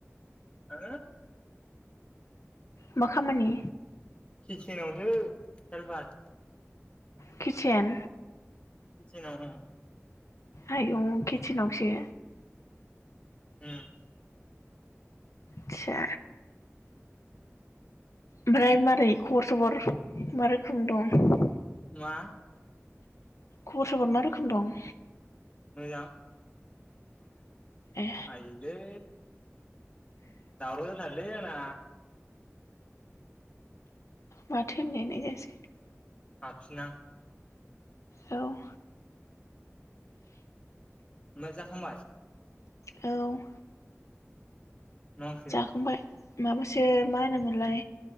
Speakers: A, on the left; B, on the left.
A: आङो
B: मा खामानि
A: किटचनावसो हेलफार
B: किचेन
A: किचेनाव <unintelligible>
B: आय किचोनावसो
A: <unintelligible>
B: आदसा ओमफ्राय मारै खरबर सबर मा रोखोम दं?
A: मा
B: खबर सबर मा रोखोम दं?
A: मोजां
B: ए
A: आयलै दावराव जाथारोलै आं ना
B: माथो होननायालाय जायासै
A: हाबफिनां
B: औ
A: ओंखाम जाखांबाय
B: औ
A: मा ओंख्रि
B: जाखांबाय माबासो मा होनोमोनलाय